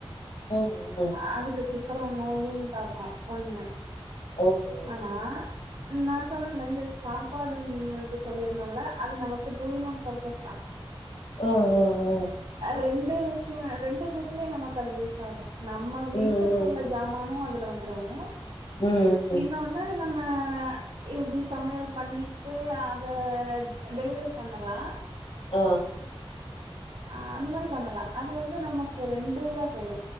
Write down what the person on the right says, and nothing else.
அதுக்கு சிக்கர நோயு தாக்கு ஒண்ணு
ஆனா ம் நா சொன்னேன்ல இந்த சாப்பாடும் சொல்லியிருந்தோம்ல அது நமக்கு டூ இன் ஒன் பர்பஸ்தா
ரெண்டு விஷய ரெண்டு விதத்துல நமக்கு அது யூஸ் ஆகு நம்ம வீட்டுக்குள்ள
சமானு அதுல வந்துரும்
இன்னொன்னு நம்ம இப்டி சமையல் பண்ணிட்டு அத டெலிவரி பண்ணலா
அ அந்த மாரி பண்ணலா அது வந்து நமக்கு ரெண்டு இதா பெய்ரு